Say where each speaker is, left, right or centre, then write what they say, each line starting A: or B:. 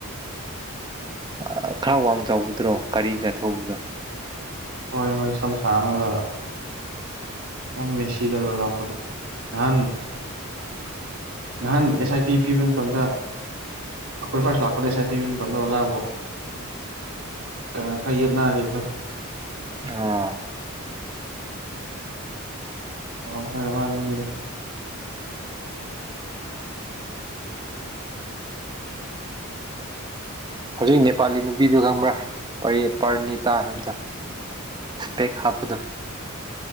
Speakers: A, on the right; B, on the right.
A: ꯑꯥ ꯈꯔ ꯋꯥꯡ ꯆꯥꯎꯕꯗꯨꯔꯣ ꯒꯔꯤꯒ ꯊꯧꯕꯗꯣ
B: ꯍꯣꯏ ꯍꯣꯏ ꯁꯝ ꯁꯥꯡꯉꯒ ꯑꯥ ꯃꯦꯁꯤꯗꯒ ꯂꯥꯛꯄꯗꯣ ꯅꯍꯥꯟ ꯅꯍꯥꯟ ꯑꯦꯁ ꯑꯥꯏ ꯄꯤ ꯄꯤꯕ ꯃꯇꯝꯗ ꯑꯩꯈꯣꯏ ꯐꯥꯔꯁ ꯂꯥꯛꯄꯅꯦ ꯑꯦꯁ ꯑꯥꯏ ꯄꯤꯕ ꯃꯇꯝꯗ ꯑꯣꯖꯥꯕꯣ ꯀ ꯈꯔ ꯌꯦꯠꯅꯥꯈꯤꯕꯗꯣ
A: ꯑꯥ
B: ꯀꯥꯎꯈ꯭ꯔꯦ ꯃꯥꯏ ꯃꯤꯡꯗꯣ
A: ꯍꯧꯖꯤꯛ ꯅꯦꯄꯥꯂꯤ ꯅꯨꯄꯤꯗꯨ ꯈꯪꯕ꯭ꯔꯥ ꯄꯔꯤ ꯄꯔꯅꯤꯇꯥ ꯍꯥꯏꯕꯗꯣ ꯁꯄꯦꯛ ꯍꯥꯞꯄꯗꯨ